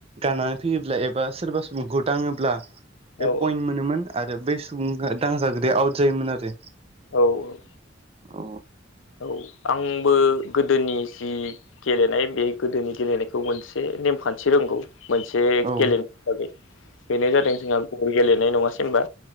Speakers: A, on the right (about 30°); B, on the left (about 75°).
A: गाननानै फैयोब्ला एबा सोरबा सम गुदाङोब्ला बे
B: औ
A: पइन्ट मोनोमोन आरो बै सुबुंआ दांजाग्राया आउट जायोमोन आरो
B: औ औ
A: ओम
B: औ आंबो गोदोनि जि गेलेनाय बे गोदोनि गेलेनायखौ मोनसे नेमखान्थि रोंगौ मोनसे गेलेनाय
A: औ
B: हिसाबै बेनो जादों जोंहा गल गेलेनाय नङासै होनबा